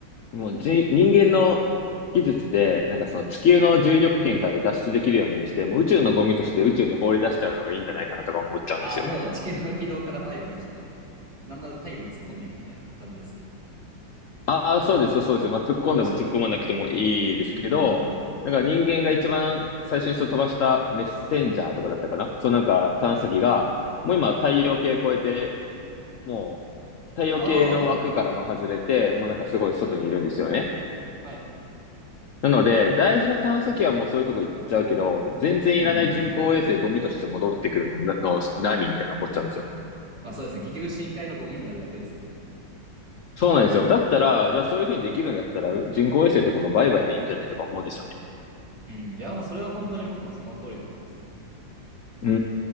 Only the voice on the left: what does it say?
もうじ、人間の技術で、なんかその地球の重力圏から脱出できるようにして、もう宇宙のゴミとして宇宙に放り出しちゃうのがいいんじゃないかなとか思っちゃうんですよ。
ああ、そうです、そうです。まあ、突っ込んでも突っ込まなくてもいいですけど、
なんか人間が一番最初にそう飛ばしたメッセンジャーとかだったかな。そうなんか探査機が、
もう今太陽系越えて、もう太陽系の枠からも外れて、
もうなんかすごい外にいるんですよね。
なので、大事な探査機はもうそういうとこ行っちゃうけど、全然いらない人工衛星ゴミとして戻ってくるの何みたいな思っちゃうんですよ。
そうなんですよ。だったら、じゃあそういうふうにできるんだったら、人工衛星とかも売買でいいんじゃないとか思うんですよね。
うー